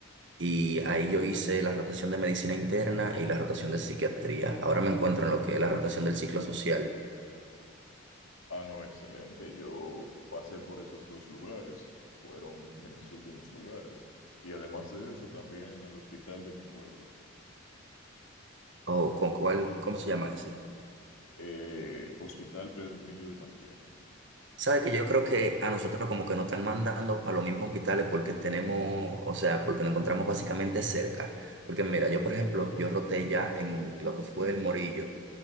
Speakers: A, on the right; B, on the left.
A: y ahí yo hice la rotación de medicina interna y la rotación de psiquiatría. Ahora me encuentro en lo que es la rotación del ciclo social.
B: Ah, no, excelente. Yo pasé por esos dos lugares, fueron de mis últimos lugares. Y además de eso, también en el hospital de mi pueblo,
A: O con cuál, ¿cómo se llama ese?
B: eh, Hospital Pedro Emilio de Marchena.
A: Sabe que yo creo que a nosotros como que nos están mandando para los mismos hospitales porque tenemos, o sea, porque nos encontramos básicamente cerca. Porque mira, yo por ejemplo, yo roté ya en lo que fue el Morillo.